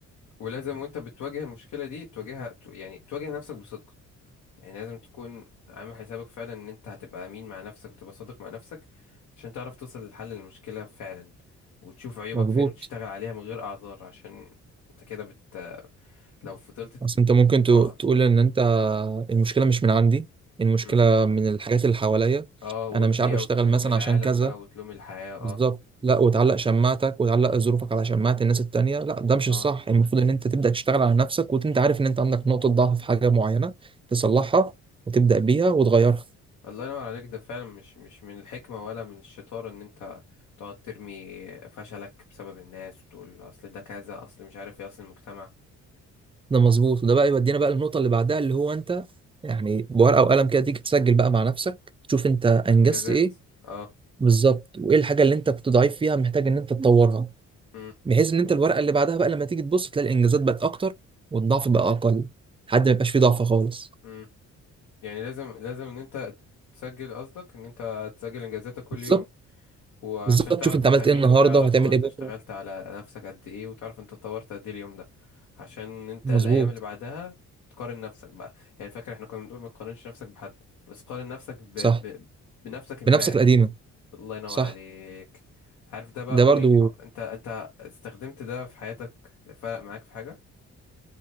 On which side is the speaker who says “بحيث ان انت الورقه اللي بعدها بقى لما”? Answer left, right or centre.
Right